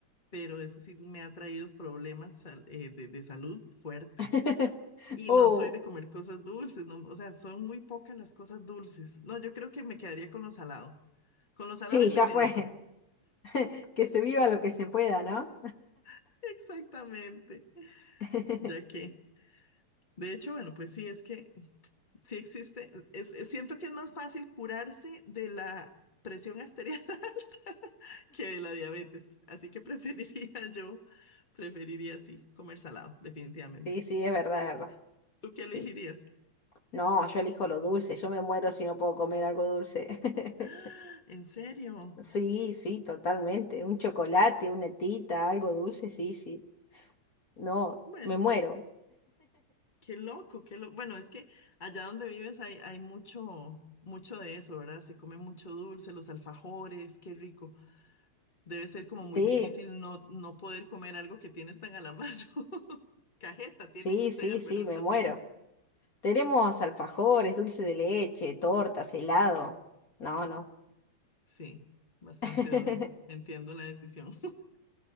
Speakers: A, on the left; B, on the left.
A: pero eso sí me ha traído problemas sal- eh, de, de salud fuertes.
B: <laughs>
A: Y
B: Oh,
A: no soy de comer cosas dulces, no, o sea, son muy pocas las cosas dulces. No, yo creo que me quedaría con lo salado. Con lo salado
B: sí,
A: y
B: ya
A: me medico.
B: fue. <laughs> Que se viva lo que se pueda, ¿no?
A: <laughs> Exactamente.
B: <laughs>
A: Ya que, de hecho, bueno, pues sí, es que sí existe. es- es- siento que es más fácil curarse de la presión arterial <laughs> que de la diabetes. Así que <laughs> preferiría yo, preferiría sí, comer salado, definitivamente.
B: Sí, sí, es verdad, es verdad.
A: ¿Tú qué
B: Sí.
A: elegirías?
B: No, yo elijo lo dulce. Yo me muero si no puedo comer algo dulce. <laughs>
A: <gasps> ¡Ah! ¿En serio?
B: Sí, sí, totalmente. Un chocolate, una tita, algo dulce, sí, sí. No,
A: Bueno,
B: me muero.
A: pues qué loco, qué loco. Bueno, es que allá donde vives hay, hay mucho, mucho de eso, ¿verdad? Se come mucho dulce, los alfajores, qué rico. Debe ser como
B: Sí,
A: muy difícil no, no poder comer algo que tienes tan a la mano. <laughs> Cajeta tienen
B: sí,
A: ustedes,
B: sí, sí,
A: ¿verdad?
B: me
A: También.
B: muero. Tenemos alfajores, dulce de leche, tortas, helado. No, no.
A: Sí, bastante
B: <laughs>
A: duro. Entiendo la decisión.